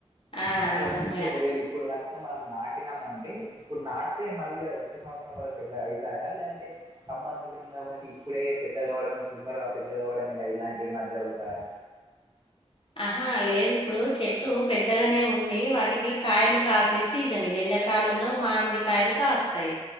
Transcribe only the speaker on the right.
ఆవ
చసి
ఒకవేళ ఇప్పుడు కనుక మనం నాటి న్నామంటే ఇప్పుడు నాటితే మళ్ళీ అది వచ్చే సంవత్సరం వర పెద్ద అయి లేంటే సమ్మర్ సీజన్ కాబట్టి ఇప్పుడే పెద్ద కావడం తొందరగా పెద్ద కావడం ఇలా ఇలాంటివి జరుగుతయా